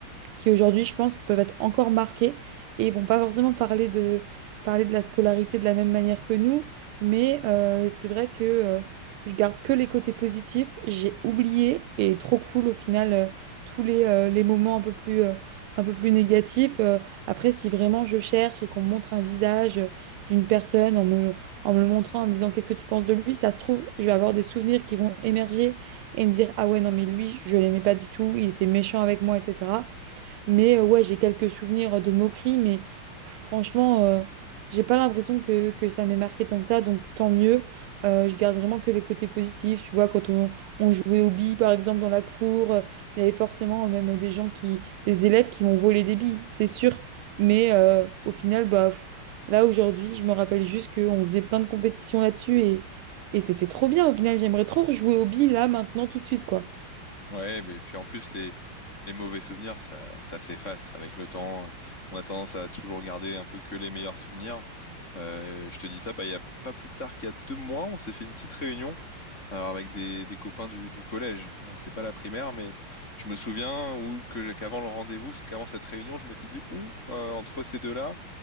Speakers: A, on the right (about 80°); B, on the left (about 35°).
A: qui aujourd'hui, je pense, peuvent être encore marqués et vont pas forcément parler de, parler de la scolarité de la même manière que nous, mais euh, c'est vrai que euh, je garde que les côtés positifs, j'ai oublié et trop cool au final euh, tous les, euh, les moments un peu plus, euh, un peu plus négatifs. Euh, après, si vraiment je cherche et qu'on me montre un visage euh, d'une personne en me, le- en me le montrant, en me disant qu'est-ce que tu penses de lui, ça se trouve, je vais avoir des souvenirs qui vont émerger et me dire, ah ouais, non, mais lui, je l'aimais pas du tout, il était méchant avec moi, etc. Mais euh, ouais, j'ai quelques souvenirs de moqueries, mais franchement, euh, j'ai pas l'impression que, que ça m'ait marqué tant que ça, donc tant mieux. Euh, je garde vraiment que les côtés positifs. Tu vois, quand on, on jouait aux billes, par exemple, dans la cour, euh, il y avait forcément euh, même euh, des gens qui, des élèves qui m'ont volé des billes, c'est sûr. Mais euh, au final, bah, pff, là aujourd'hui, je me rappelle juste qu'on faisait plein de compétitions là-dessus et, et c'était trop bien. Au final, j'aimerais trop rejouer aux billes là, maintenant, tout de suite, quoi.
B: Ouais, mais puis en plus, les, les mauvais souvenirs, ça, ça s'efface avec le temps. Euh, On a tendance à toujours garder un peu que les meilleurs souvenirs. Euh, je te dis ça, bah, il y a pas plus tard qu'il y a deux mois, on s'est fait une petite réunion, alors avec des, des copains du, du collège. Euh, C'est pas la primaire, mais je me souviens ou que qu'avant le rendez-vous, qu'avant cette réunion, je m'étais dit, ouh, euh, entre ces deux-là.